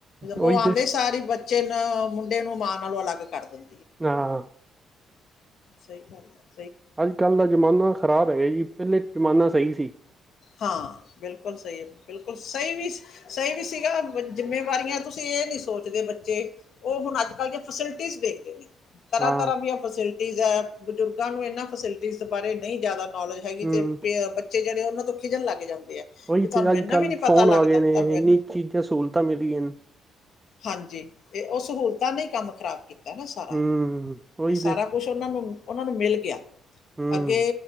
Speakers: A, on the right (about 15°); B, on the left (about 65°).
A: ਉਹੀ
B: ਓ ਆਂਦੇ
A: ਤੇ
B: ਸਾਰ ਈ ਬੱਚੇ ਨੂੰ ਮੁੰਡੇ ਨੂੰ ਮਾਂ ਨਾਲੋਂ ਅਲੱਗ- ਕਰਦੇ।
A: ਆਹ।
B: ਸਈ ਗੱਲ ਐ।
A: ਅੱਜ ਕੱਲ੍ਹ ਦਾ ਜ਼ਮਾਨਾ ਖ਼ਰਾਬ ਹੈਗਾ ਜੀ। ਪੇਲੇ ਜ਼ਮਾਨਾ ਸਈ ਸੀ। ਚ
B: ਹਾਂ- ਬਿਲਕੁਲ ਸਈ ਏ। ਬਿਲਕੁਲ ਸਈ ਵੀ ਸ ਸਈ ਵੀ ਸੀਗਾ। ਜ਼ਿੰਮੇਵਾਰੀਆਂ ਤੁਸੀਂ ਏ ਨੀ ਸੋਚਦੇ ਬੱਚੇ ਓ ਹੁਣ ਅੱਜ ਕੱਲ੍ਹ ਦੀਆਂ ਫੈਸਿਲਿਟੀਜ਼ ਵੇਖਦੇ ਨੇ। ਤਰ੍ਹਾਂ
A: ਹਾਂ
B: ਤਰ੍ਹਾਂ ਦੀਆਂ ਫੈਸਿਲਿਟੀਜ ਐ। ਬਜ਼ੁਰਗਾਂ ਨੂੰ ਇਨਾਂ ਫੈਸਿਲਿਟੀਸ਼ਜ ਬਾਰੇ ਨਈ ਜ਼ਾਦਾ- ਨੌਲੇਜ ਹੈਗੀ
A: ਹਮ
B: ਤੇ। ਪੇ ਬਚ- ਜਿਹੜੇ ਉਨਾਂ ਤੋਂ- ਖਿਜਣ ਲੱਗ ਜਾਂਦੇ। ਆ
A: ਉਹੀ
B: ਵੀ ਤੁਹਾਨੂੰ
A: ਤੇ ਅੱਜ
B: ਇੰਨਾ
A: ਕੱਲ੍ਹ
B: ਵੀ ਨੀ
A: ਫੋਨ
B: ਪਤਾ ਲੱਗਦਾ
A: ਆ ਗਏ ਨੇ।
B: ਤੁਹਾਨੂੰ
A: ਇੰਨੀ
B: ਇਨਾ
A: ਚੀਜ਼ਾਂ ਸਹੂਲਤਾਂ ਮਿਲੀਆਂ ਹਨ।
B: ਹਾਂਜੀ। ਤੇ ਓ ਸਹੂਲਤਾਂ ਨੇ ਈ ਕੰਮ ਖ਼ਰਾਬ ਕੀਤਾ। ਕੀਤਾ ਨਾ ਸਾਰਾ
A: ਹਮ ਉਹੀ
B: ਵੀ ਸਾਰਾ
A: ਤੇ
B: ਕੁਛ ਉਨਾਂ ਨੂੰ- ਉਹਨਾਂ ਨੂੰ ਮਿਲ ਗਿਆ।
A: ਹਮ
B: ਅੱਗੇ